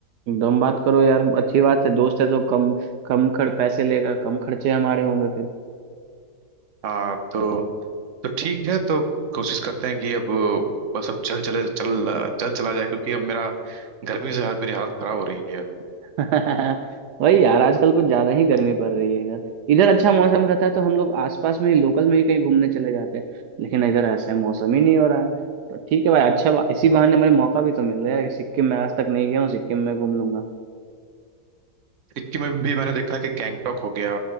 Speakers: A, on the right; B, on the right.
A: एकदम बात करो यार अच्छी बात है दोस्त है तो कम कम खर्च पैसे लेगा कम खर्चे हमारे होंगे फिर
B: हाँ तो तो ठीक है तो कोशिश करते हैं कि अब बस अब चल चले चल चल चला जाए क्योंकि अब मेरा गर्मी से हाथ- मेरी हालत खराब हो रही
A: <laughs> वही यार आजकल
B: है
A: कुछ ज्यादा ही गर्मी पड़ रही है इधर इधर अच्छा मौसम रहता है तो हम लोग आसपास में ही लोकल में ही कहीं घूमने चले जाते हैं लेकिन इधर ऐसा ही मौसम ही नहीं हो रहा है तो ठीक है भाई अच्छा बा- इसी बहाने मुझे मौका भी तो मिल रहा है कि सिक्किम में आज तक नहीं गया हूँ सिक्किम में घूम लूंगा
B: सिक्किम में भी मैंने देखा है कि गैंगटॉक हो गया